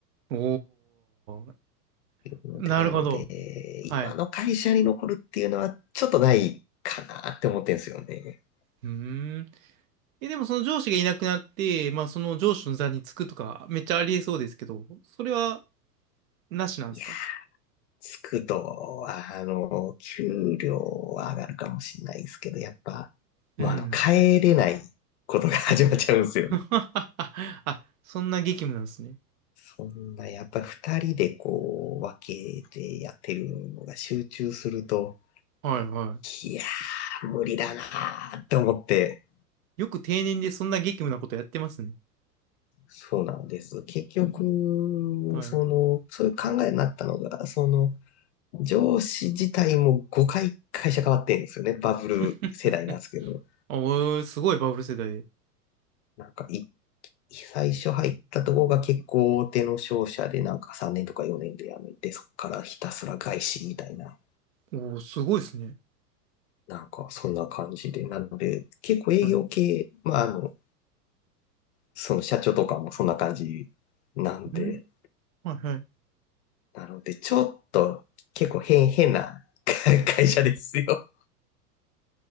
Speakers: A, on the right; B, on the left.
A: おー、
B: いうので、
A: なるほど。
B: なので、
A: はい。
B: 今の会社に残るっていうのはちょっとないかなって思ってんですよね。
A: うーん。え、でもその上司がいなくなって、まあその上司の座につくとか、めっちゃありえそうですけど、それはなしなんですか
B: いや、つくとは、あの、給料は上がるかもしれないですけど、やっぱ、
A: うん。
B: もうあの、帰れないことが始まっちゃうんですよね。
A: あ、<laughs> あ、そんな激務なんですね。
B: そんな、やっぱり二人でこう、分けてやってるのが集中すると、
A: はいは
B: いやー、無理だなーって思って、
A: い。よく定年でそんな激務なことやってますね。
B: そうなんです。結局、
A: はい。
B: その、そういう考えになったのが、その、上司自体も5回会社変わってるんですよね。バブル世代なんですけど。
A: <laughs> あ、おーすごいバブル世代で。
B: なんかい、最初入ったとこが結構大手の商社で、なんか3年とか4年で辞めて、そこからひたすら外資みたいな、
A: おー、すごいですね。
B: なんかそんな感じで。なので、結構営業系、
A: はい。
B: まあ、あの、その社長とかもそんな感じなんで、
A: んはいはい。
B: なので、ちょっと結構変、変な <laughs> 会社ですよ。